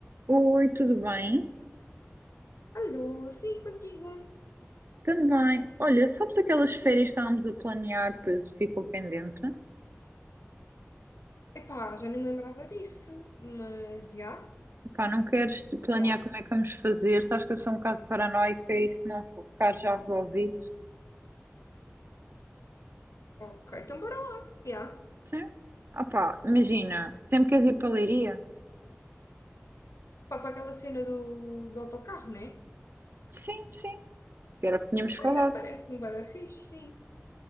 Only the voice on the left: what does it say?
Alô, sim, contigo.
Epá, já não me lembrava disso, mas já,
já.
Ok, então bora lá, já.
Pá, para aquela cena do, do autocarro, né?
É, parece-me bué da fixe, sim.